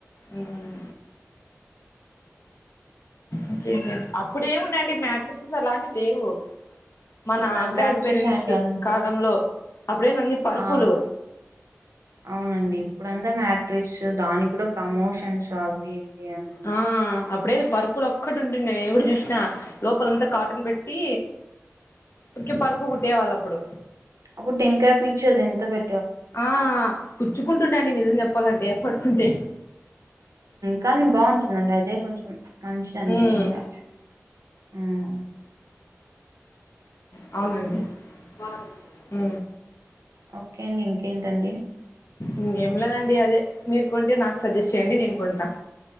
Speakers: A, on the left; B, on the right.
A: ఉం ఇంకేంటండి అప్పుడేముండండి మ్యాట్రిసెస్ అలాంటివి లేవు మన
B: ఇప్పుడంతా
A: గ్రాండ్
B: వచ్చేసాయండి
A: పేరెంట్స్
B: అంతా
A: కాలంలో అప్పుడెంది అన్ని పరుపులు
B: ఆ అవునండి ఇప్పుడుంతా మ్యాట్రిసు దాని కూడా ప్రమోషన్స్ అవి ఇవి అనుకుంటా
A: ఆ అప్పుడేది పరుపులకు ఒక్కటి ఉంటుడే ఎవడు చూసిన లోపలంతా కాటన్ పెట్టి ఉకి పరుపు కుట్టి తేవాళ్ళప్పుడు
B: అప్పు టెంకా పిచు దేనితో పె
A: ఆ కుచ్చుకుంటునాయండి నిజం చెప్పాలంటే పడుకుంటే
B: కానీ బాగుంటుందండి అదే కొంచెం మంచిదండి
A: ఉమ్
B: యాచు ఉమ్
A: అవునండి ఆ
B: ఓకే అండి ఇంకేంటండి
A: ఇంకేంలేదండి అదే మీరు కొంటే నాకు సజెస్ట్ చేయండి నేను కొంటా